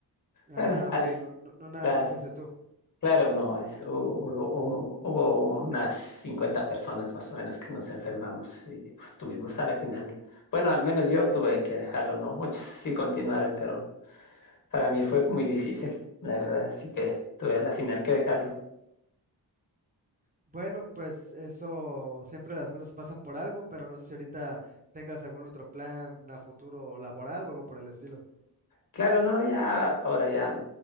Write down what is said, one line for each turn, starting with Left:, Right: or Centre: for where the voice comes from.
Right: Ah,
Left: bueno, al,
Right: ok. No, no, no nada
Left: la-
Right: más fuiste tú.
Left: claro, no, es, hu- hubo, un- hubo unas 50 personas más o menos que nos enfermamos y pues tuvimos a la final, bueno, al menos yo tuve que dejarlo, ¿no? Muchos sí continuaron, pero... Para mí fue muy difícil, la verdad, así que tuve a la final que dejarlo.
Right: Bueno, pues eso, siempre las cosas pasan por algo, pero no sé si ahorita tengas algún otro plan a futuro laboral o algo por el estilo.
Left: Claro, no, ya ahora ya